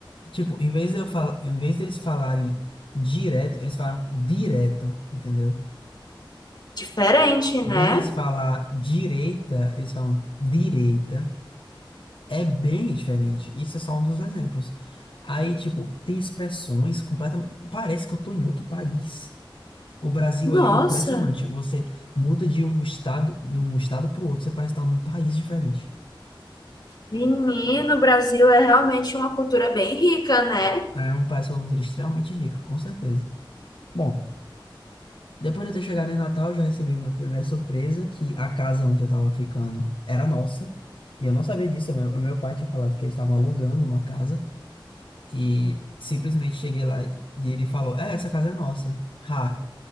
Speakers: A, on the left; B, on the left.
A: Tipo, em vez de eu falar, em vez deles falarem direto, eles falam direto, entendeu?
B: Diferente, né?
A: Em vez deles falar direita, eles falam direita. É bem diferente. Isso é só um dos exemplos. Aí, tipo, tem expressões completamente. Parece que eu tô em outro país. O Brasil
B: Nossa,
A: é impressionante. Você muda de um estado, de um estado pro outro, você parece estar num país diferente.
B: menino, o Brasil é realmente uma cultura bem rica, né?
A: É um país que é uma cultura extremamente rica, com certeza. Bom. Depois de eu ter chegado em Natal, eu já recebi minha primeira surpresa, que a casa onde eu tava ficando era nossa. E eu não sabia disso. Meu, meu pai tinha falado que eles estavam alugando uma casa. E simplesmente cheguei lá e ele falou: É, essa casa é nossa. Ha,